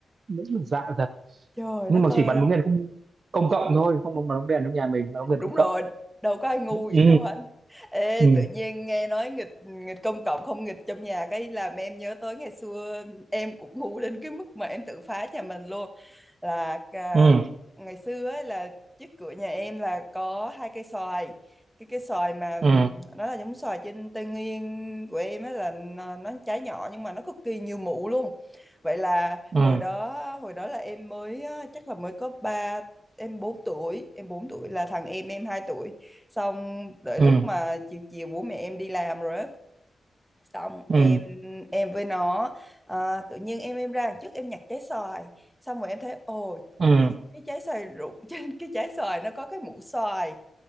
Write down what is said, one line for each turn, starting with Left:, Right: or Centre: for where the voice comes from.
Right: đúng là dại thật
Centre: trời
Right: nhưng
Centre: đất
Right: mà
Centre: ơi
Right: chỉ bắn bóng đèn công, công cộng thôi không bắn bóng đèn trong nhà mình bắn bóng đèn
Centre: đúng
Right: công
Centre: rồi
Right: cộng
Centre: đâu có ai ngu vậy
Right: ừ
Centre: đâu hả Ê,
Right: ừ
Centre: tự nhiên nghe nói nghịch nghịch công cộng không nghịch trong nhà cái làm em nhớ tới ngày xưa em cũng ngu đến cái mức mà em tự phá nhà mình luôn là à,
Right: ừ
Centre: ngày xưa ấy là trước cửa nhà em là có hai cây xoài cái cây xoài mà ừm,
Right: ừ
Centre: nó là giống xoài trên Tây Nguyên của em ấy là nó, nó trái nhỏ nhưng mà nó cực kỳ nhiều mủ luôn vậy là
Right: ừ
Centre: hồi đó hồi đó là em mới á, chắc là mới có ba em bốn tuổi em 4 tuổi là thằng em em hai tuổi xong đợi
Right: ừ
Centre: lúc mà chiều chiều bố mẹ em đi làm rồi á xong
Right: ừ
Centre: em em với nó à, tự nhiên em em ra đằng trước em nhặt trái xoài xong rồi em thấy ồ
Right: ừ
Centre: cái, cái trái xoài rụng <laughs> trên cái trái xoài nó có cái mũ xoài